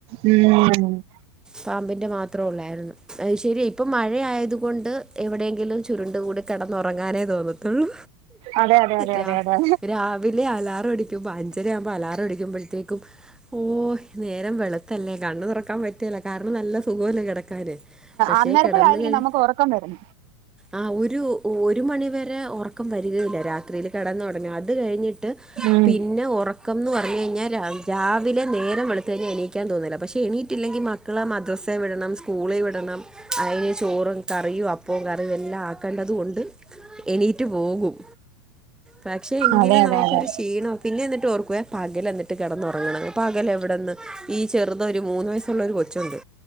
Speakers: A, on the right; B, in the centre.
A: ഉം
B: പാമ്പിന്റെ മാത്രം ഉള്ളായിരുന്നു അശരി ഇപ്പം മഴയതുക കൊണ്ട് എവിടെയെങ്കിലും ചുരുണ്ട് കൂടി കടന്നുറങ്ങാനേ തോന്നത്തുള്ളൂ
A: അതെ അതെ അതെ
B: ര
A: അതെ അതെ
B: രാ വിലെ അലാറ അടിക്കുമ്പോ അഞ്ചര ആകുമ്പോ അലാറ അടിക്കുമ്പോഴത്തേക്കും ഓ നേരം വെളുത്തല്ലേ കണ്ണ് തുറക്കാൻ പറ്റല്ല കാരണം നല്ല സുഖവല്ലേ കിടക്കാന് പക്ഷേ
A: അന്നേരപ്പോഴായിരിക്കും
B: കിടന്ന് കഴി
A: നമുക്ക് ഉറക്കം വരും.
B: ആ ഒരു ഒരു മണിവരെ ഉറക്കം വരികല്ല രാത്രിൽ കിടന്ന തുടങ്ങ അത് കഴിഞ്ഞി ട്ട്
A: ഉം
B: പിന്നെ ഒറ ക്കംന്ന് പറഞ്ഞു കഴിഞ്ഞൽ രാ രാവിലെ നേരം വെളുത്തു കഴിഞ്ഞാൽ എണീക്കാൻ തോന്നുന്നില്ല പക്ഷ എണീയിട്ടില്ലെങ്കിൽ മ കളെ മദ്രസയെ വിടണം സ്കൂളി വിടണം. അയി ചോറും കറിയും അപ്പവും കറിയും എല്ലാം ആക്കേണ്ടതും ഉൻ ഡ് എണീറ്റ് പോകും പക്ഷെ എങ്കിലും
A: അതെ അതെ
B: നമുക്ക
A: അതെ
B: ക്ഷീണം പിന്നെ എന്നിട്ട് ഓർക്കുവെ പകൽ എന്നിട്ട് കിടന്നറങ്ങണം പകൽ എവിടെന്ന് ഈ ചെറുതൊരു ഒരു മൂന്ന് വയസ്സുള്ള ഒരു കൊ ചുണ്ട്